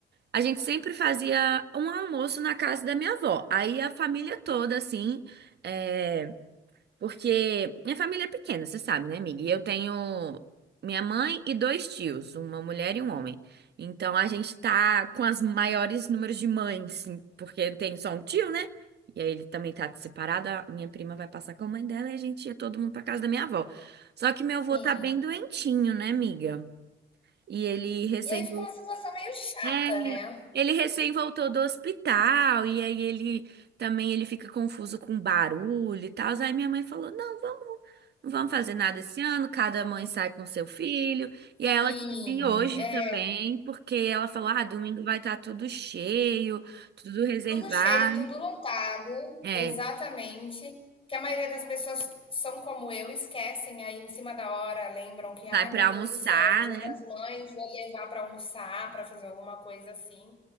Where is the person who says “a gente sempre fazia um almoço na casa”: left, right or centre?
Right